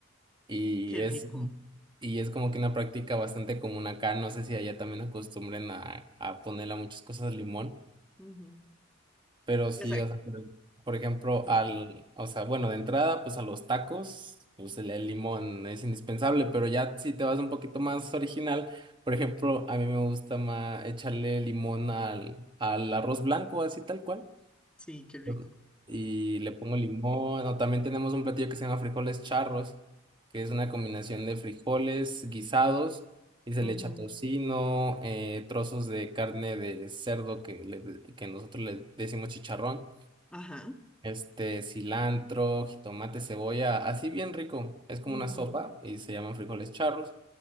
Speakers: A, on the right; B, in the centre.
A: Y
B: qué
A: es,
B: rico.
A: y es como que una práctica bastante común acá. No sé si allá también acostumbren a, a ponerle a muchas cosas limón.
B: Ujú.
A: Pero sí,
B: Exacto.
A: o sea, por, por ejemplo,
B: Sí,
A: al, o sea, bueno, de entrada, pues a los tacos, pues el, el limón es indispensable, pero ya si te vas un poquito más original, por ejemplo, a mí me gusta más echarle limón al, al arroz blanco, así tal cual,
B: sí, qué rico.
A: Ujú. y le pongo limón, o también tenemos un platillo que se llama frijoles charros, que es una combinación de frijoles guisados, y se
B: Ujú.
A: le echa tocino, eh, trozos de carne de cerdo que, le- que nosotros le decimos chicharrón
B: Ajá.
A: este, cilantro, jitomate, cebolla, así bien rico. Es como
B: ujú,
A: una sopa y se llaman frijoles charros.